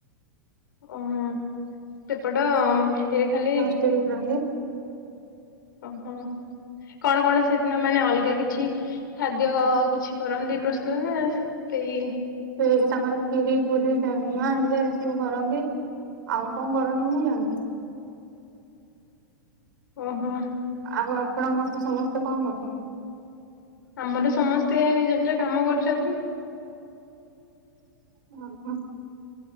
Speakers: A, on the left; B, on the right.
A: ଓହୋ। ସେପଟ ରେ ଖାଲି
B: ରଁ <unintelligible>
A: ଓହୋ। କଣ କଣ ସେଦିନ ମାନେ ଅଲଗା କିଛି ଖାଦ୍ୟ କିଛି କରନ୍ତି ପ୍ରସ୍ତୁତ ନା ସେଇ
B: ସେ ତାଙ୍କର ଖୀରି ପୁରୀ ଡାଲମା ହେରିକା ସବୁ କରନ୍ତି। ଆଉ କଣ କରନ୍ତି ମୁଁ ଜାଣିନି।
A: ଓହୋ।
B: ଆଉ ଆପଣଙ୍କ ଘର ସମସ୍ତେ କଣ କରୁଛନ୍ତି?
A: ଆମର ସମସ୍ତେ ନିଜ ନିଜ କାମ କରୁଛନ୍ତି।
B: ଓ ହୁଁ।